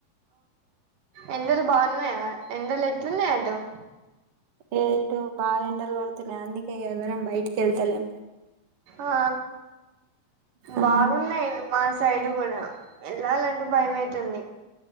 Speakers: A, on the right (about 75°); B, on the right (about 50°).
A: ఎండలు బాగున్నాయా ఎండలు ఎట్లున్నాయ్ అటు
B: ఏ ఇటు బా ఎండల్ గొడుతున్నయ్ అందుకే ఎవ్వరం బయటి కెళ్తలేం
A: ఆ
B: ఆ
A: బాగున్నయ్ ఇటు మా సైడ్ గూడా ఎళ్లాలంటె భయమైతుంది